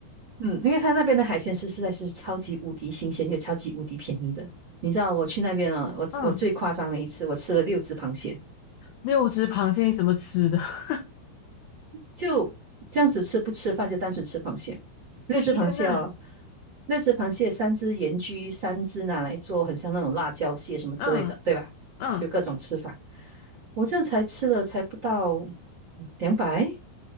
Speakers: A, on the right; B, on the left.
A: 嗯，因为他那边的海鲜是实在是超级无敌新鲜又超级无敌便宜的。你知道我去那边啊，我我最夸张的一次，
B: 嗯，
A: 我吃了六只螃蟹。
B: 六只螃蟹你怎么吃的？<laughs>
A: 就这样子吃，不吃饭就单纯吃螃蟹。六只螃蟹哦，
B: 天呐，
A: 六只螃蟹，三只盐焗，三只拿来做很像那种辣椒蟹什么之类的，
B: 嗯
A: 对吧？
B: 嗯，
A: 就各种吃法。我这样才吃了才不到两百，